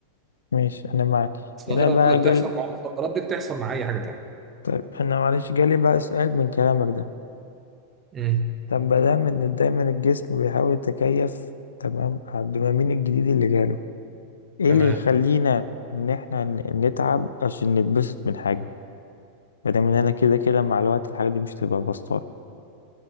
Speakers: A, on the left; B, on the right.
A: ماشي أنا معاك
B: الظاهرة
A: أنا بقى
B: اللي بتحصل
A: جال
B: مع المخدرات دي بتحصل مع اي حاجة تانية
A: طيب أنا معلش جالي بقى سؤال من كلامك ده
B: امم
A: طب ما دام إن دايما الجسم بيحاول يتكيف تمام على الدوبامين الجديد اللي جاله إيه
B: تمام
A: اللي يخلينا إن إحنا ن- نتعب عشان نتبسط من حاجة مادام ان انا كده كده مع الوقت الحاجات دي مش تبقى بسطات